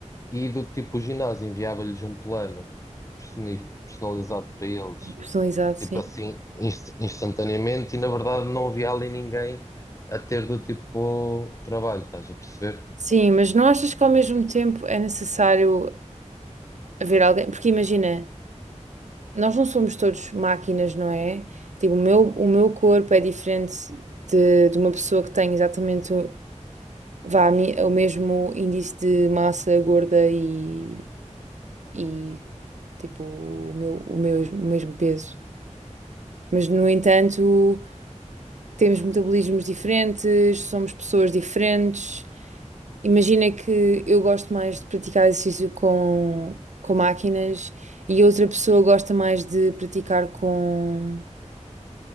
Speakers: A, on the left; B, on the right.
A: e do tipo o ginásio enviava-lhes um plano personi- personalizado para eles,
B: Personalizado, sim.
A: tipo assim, inst- instantaneamente, e na verdade não havia ali ninguém a ter do tipo trabalho, estás a perceber?
B: Sim, mas não achas que ao mesmo tempo é necessário haver alguém? Porque imagina, nós não somos todos máquinas, não é? Tipo, o meu, o meu corpo é diferente de, de uma pessoa que tem exatamente o, vá, a mi- o mesmo índice de massa gorda e, e tipo, o meu, o meu, o mesmo peso. Mas, no entanto. temos metabolismos diferentes, somos pessoas diferentes. Imagina que eu gosto mais de praticar exercício com, com máquinas e outra pessoa gosta mais de praticar com,